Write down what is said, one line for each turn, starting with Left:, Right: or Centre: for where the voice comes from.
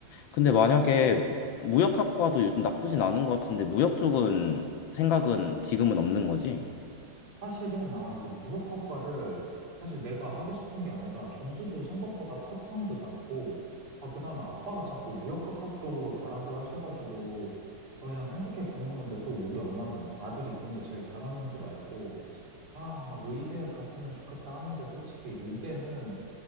Left: 근데 만약에 무역학과도 요즘 나쁘진 않은 것 같은데 무역 쪽은 생각은 지금은 없는 거지?
Right: 사실은, 아, 이거 무역학과를 사실 내가 하고 싶은 게 아니라 점수도 생각보다 컷평도 낮고, 아, 그 다음에 아빠가 자꾸 무역학과 쪽으로 가라고 하셔가지고, 아, 그냥 생각해 보는 건데 또 우리 엄마는 아들이 공부 제일 잘하는 줄 알고, 아, 막 의대에 갔으면 좋겠다 하는데 솔직히 의대는